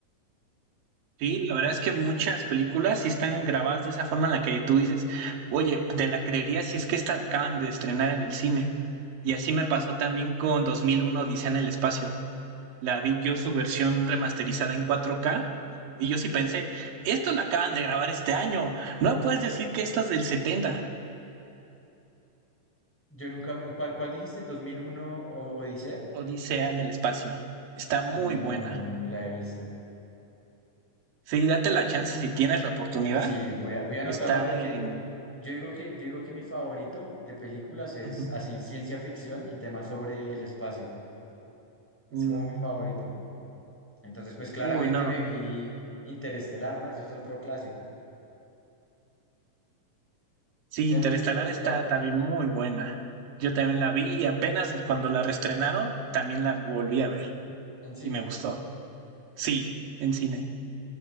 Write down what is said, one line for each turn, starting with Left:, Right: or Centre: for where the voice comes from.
Right: Sí, la verdad es que muchas películas sí están grabadas de esa forma en la que tú dices, oye, te la creería si es que esta la acaban de estrenar en el cine. Y así me pasó también con 2001 Odisea en el espacio. La vi yo su versión remasterizada en 4K y yo sí pensé, esto la acaban de grabar este año. No puedes decir que esto es del 70.
Centre: Yo nunca me- ¿Cuál, cuál dijiste? ¿2001 o Odisea?
Right: Odisea en el espacio. Está muy
Centre: No,
Right: buena.
Centre: no me la he visto.
Right: Sí, date la chance si tienes la oportunidad.
Centre: Sí, voy a, voy a anotarla
Right: Está
Centre: porque
Right: en...
Centre: yo digo que, yo digo que mi favorito de películas
Right: <laughs>
Centre: es
Right: Ujú.
Centre: así, ciencia ficción y temas sobre el espacio. Es
Right: Mm.
Centre: como mi favorito. Entonces, pues claramente
Right: Uy, no.
Centre: me vi Interestelar, ¿no? Ese es otro clásico.
Right: Sí,
Centre: ¿Sí
Right: Interestelar
Centre: has visto Interestelar
Right: está también muy buena. Yo también la vi y apenas cuando la reestrenaron, también la volví a ver
Centre: en cine?
Right: y me gustó. Sí, en cine.